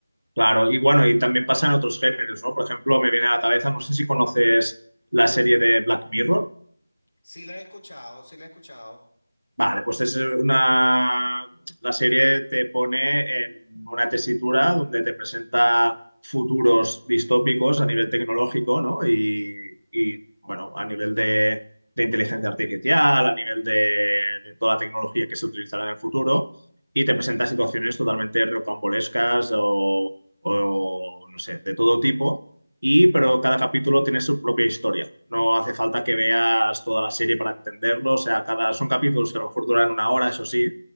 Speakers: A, on the right; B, on the left.
A: Claro, y bueno, y también pasa en otros géneros, ¿no? Por ejemplo, me viene a la cabeza, no sé si conoces la serie de Black Mirror.
B: Sí la he escuchado, sí la he escuchado.
A: Vale, pues es una... La serie te pone en una tesitura donde te presenta futuros distópicos a nivel tecnológico, ¿no? Y, y, bueno, a nivel de, de inteligencia artificial, a nivel de, de toda la tecnología que se utilizará en el futuro, y te presenta situaciones totalmente rocambolescas o, o, no sé, de todo tipo. Y, pero cada capítulo tiene su propia historia. No hace falta que veas toda la serie para entenderlo. O sea, cada, son capítulos que a lo mejor duran una hora, eso sí,